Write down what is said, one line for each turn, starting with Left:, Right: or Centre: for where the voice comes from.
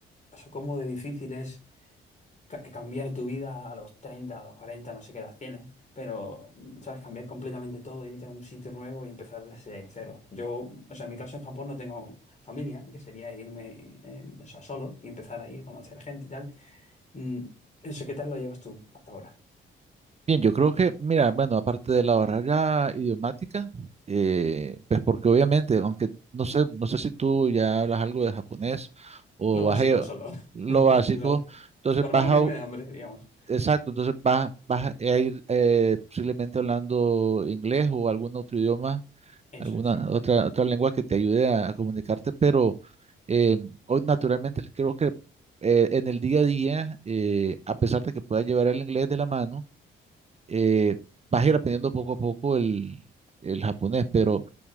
Left: o sea, cómo de difícil es ca- eh, cambiar tu vida a los 30 a los 40 no sé qué edad tienes, pero, mm, ¿sabes? Cambiar completamente todo, irte a un sitio nuevo y empezar desde cero. Yo, o sea, en mi caso en Japón no tengo familia, que sería irme, eh, o sea, solo y empezar ahí a conocer gente y tal. Mm, eso, ¿qué tal lo llevas tú hasta ahora?
Right: Bien, yo creo que, mira, bueno, aparte de la barrera idiomática, eh, pues porque obviamente, aunque no sé, no sé si tú ya hablas algo de japonés o
Left: Lo básico
Right: vas a ir
Left: solo.
Right: lo
Left: <laughs>
Right: básico,
Left: Lo-
Right: entonces
Left: Para
Right: vas
Left: no morirme
Right: a, u-
Left: de hambre, digamos.
Right: exacto, entonces vas, vas a ir eh, posiblemente hablando inglés o algún otro idioma,
Left: Eso
Right: alguna
Left: es, sí.
Right: otra, otra lengua que te ayude a, a comunicarte, pero eh, hoy naturalmente creo que eh, en el día a día, eh, a pesar de que pueda llevar el inglés de la mano, eh, vas a ir aprendiendo poco a poco el, el japonés, pero